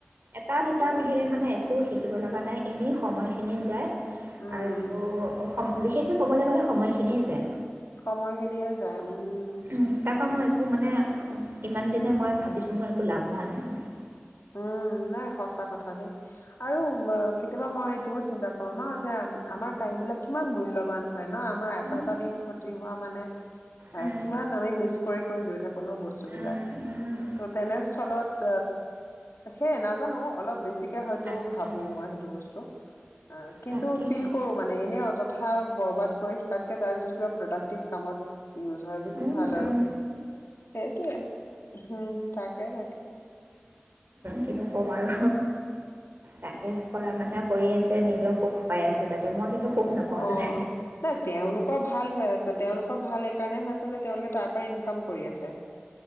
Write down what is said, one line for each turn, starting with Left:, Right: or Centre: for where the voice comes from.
Right: এটা দুটাৰ বাহিৰে মানে একো শিকিব লগা নাই এনেই সময়খিনি যায়।
Left: উম
Right: আৰু সম বিশেষকৈ ক'বলৈ গ'লে সময়খিনিয়ে যায়।
Left: সময় খিনিয়ে যায়। উম
Right: উম তাৰ পৰা মই একো মানে ইমান দিনে মই ভাবিছো মোৰ একো লাভ হোৱা নাই মানে।
Left: উম নাই সঁচা কথা দেই। আৰু কেতিয়াবা মই এইটোও চিন্তা কৰো ন যে আমাৰ টাইম বিলাক কিমান মূল্যবান। হয় ন আমাৰ
Right: উম
Left: এটা এটা দিন ক্ষতি হোৱা মানে উ
Right: উম,
Left: কিমান আমি মিছ কৰি কৰি গৈ থাকোঁ ন বস্তু
Right: উম,
Left: বিলাক
Right: উম,
Left: তেনেস্থলত সে নাজানো অলপ বেছি। হয়টো
Right: তাকেইতো
Left: ভাবো মই সেইটো বস্তু কিন্তু
Right: তাকেই
Left: ফিল কৰো মানে এনে অযথা বৰবাদ কৰি থকাতকে তাই যদি কিবা প্ৰডাক্টিভ কামত ইউজ হয় বেছি
Right: উম
Left: ভাল
Right: উম
Left: আৰু সেইটোৱে হম তাকে তাকে।
Right: কিন্তু কম আৰু তাকে কৰা মানহে কৰি আছে নিজৰ সুখ পাই আছে তাতে মই কিন্তু সুখ নাপাওঁ
Left: অ
Right: তাতে
Left: ন তেওঁলোকৰ ভাল হৈ আছে। তেওঁলোকৰ ভাল এই কাৰণে হৈছে যে। তেওঁলোকে তাৰ পৰা ইনকাম কৰি আছে,